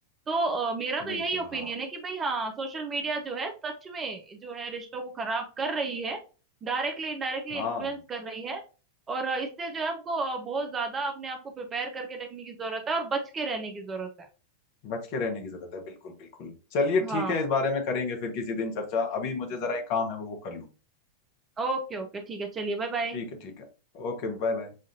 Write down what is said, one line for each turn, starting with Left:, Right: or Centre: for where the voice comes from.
Right: तो अ, मेरा तो
Left: बिल्कुल
Right: यही ओपिनियन
Left: हाँ
Right: है कि भाई हाँ सोशल मीडिया जो है सच में जो है रिश्तों को खराब कर रही है डायरेक्टली इनडायरेक्टली
Left: हाँ
Right: इन्फ्लुएंस कर रही है और अ, इससे जो है हमको अ, बहुत ज्यादा अपने आप को प्रिपेयर करके रखने की जरूरत है और बच के रहने की जरूरत है
Left: बच के रहने की जरूरत है बिल्कुल बिल्कुल चलिए
Right: हाँ
Left: ठीक है इस बारे में करेंगे फिर किसी दिन चर्चा अभी मुझे जरा एक काम है वो वो कर लूँ
Right: ओके ओके ठीक है चलिए बाय बाय
Left: ठीक है ठीक है Okay bye bye